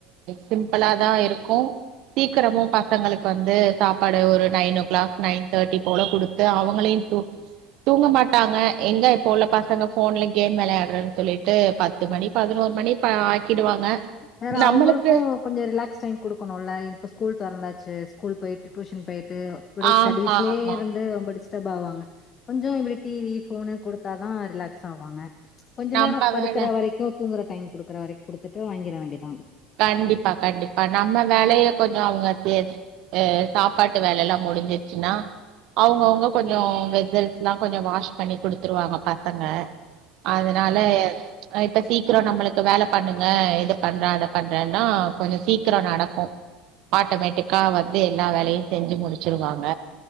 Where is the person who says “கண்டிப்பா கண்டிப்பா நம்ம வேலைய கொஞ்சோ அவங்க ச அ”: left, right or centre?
Right